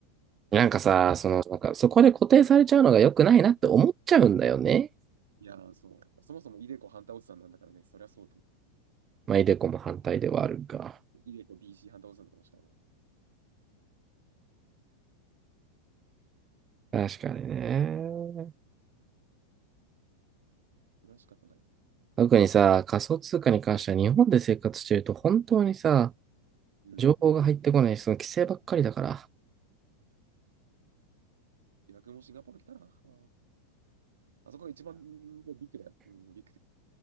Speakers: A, on the right; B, on the right.
A: なんかさ、
B: うん
A: その、なんか、そこで固定されちゃうのが良くないなって思っちゃうんだよね。
B: いやー、そう。そもそもイデコハンターおじさんなんだからね、そりゃそうと。
A: まあ、イデコも反対ではあるが。
B: イデコ b c ハンター反対おじさんだからもしかない。
A: 確かにね。
B: それは仕方ないです。
A: 特にさ、仮想通貨に関しては日本で生活してると本当にさ、
B: うん。
A: 情報が入ってこないし、その規制ばっかりだから。
B: 逆もシンガポール来たら、ああそこが一番うんビッグだよ。うん、ビッグで。